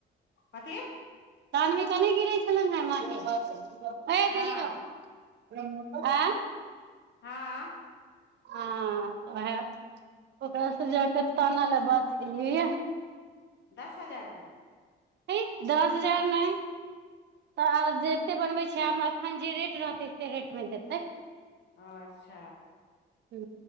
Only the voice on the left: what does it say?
कथि
हँ
हँ
दस हजारमे
ह अच्छ